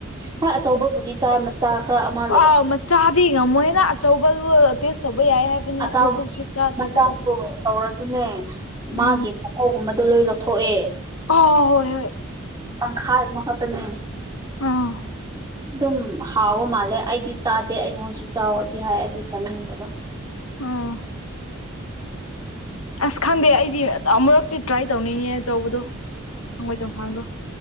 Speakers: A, on the right; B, on the left.
A: ꯍꯣꯏ ꯑꯆꯧꯕꯕꯨꯗꯤ ꯆꯥ ꯆꯥꯈꯔꯦ ꯑꯃꯥ
B: ꯍꫭꯏ ꯃꯆꯥꯗꯤ ꯉꯝꯃꯣꯏꯗꯥ ꯑꯆꯧꯕꯕꯨ ꯇꯦꯁ ꯇꯧꯕ ꯌꯥꯏ ꯍꯥꯏꯕꯅꯤ
A: ꯑꯆꯥꯎꯕ
B: ꯑꯃꯨꯛꯐꯥꯎꯁꯨ ꯆꯥꯗ꯭ꯔꯤꯗ
A: ꯃꯆꯥꯗꯣ
B: ꯑꯩꯗꯤ
A: ꯇꯧꯔꯁꯨꯅꯦ ꯃꯥꯒꯤ
B: ꯎꯝ
A: ꯃꯀꯣꯛꯒꯨꯝꯕꯗꯣ ꯂꯣꯏ ꯂꯧꯊꯣꯛꯑꯦ
B: ꯑꯣ ꯍꯣꯏ ꯍꯣꯏ
A: ꯇꯪꯈꯥꯏ ꯑꯃ ꯈꯠꯇꯅꯦ
B: ꯑꯥ
A: ꯗꯨꯝ ꯍꯥꯎꯕ ꯃꯥꯜꯂꯦ ꯑꯩꯗꯤ ꯆꯥꯗꯦ ꯑꯩꯉꯣꯟꯁꯨ ꯆꯥꯎ ꯑ ꯗꯤ ꯍꯥꯏ ꯑꯗꯨ ꯆꯥꯅꯤꯡꯗꯕ
B: ꯎꯝ ꯑꯁ ꯈꯪꯗꯦ ꯑꯩꯗꯤ ꯑꯃꯨꯔꯛꯇꯤ ꯇ꯭ꯔꯥꯏ ꯇꯧꯅꯤꯡꯉꯦ ꯑꯆꯧꯕꯗꯣ꯫ ꯍꯪꯒꯣꯏ ꯆꯣꯡꯁꯥꯡꯗꯣ